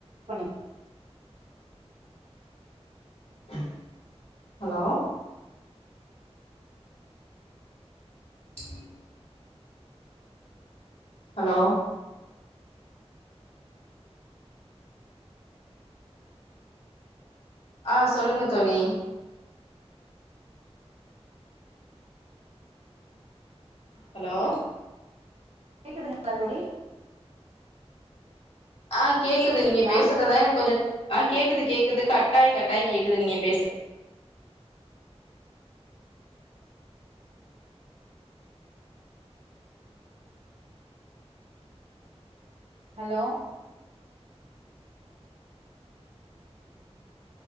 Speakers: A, on the right (about 65°); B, on the left (about 65°).
A: கொனி
B: <inaudible> ஹலோ <inaudible> ஹலோ ஆ சொல்லுங்க தோலி ஹலோ
A: கேக்குதுங்களா தோலி
B: ஆ கேக்குது
A: கேக்குதுங்களா
B: நீங்க பேசுறதா எனக்கு கொஞ்சோ ஆ கேக்குது கேக்குது கட் கட்டாயி கட்டாயி கேக்குது நீங்க பேசு
A: ஹலோ உ <inaudible>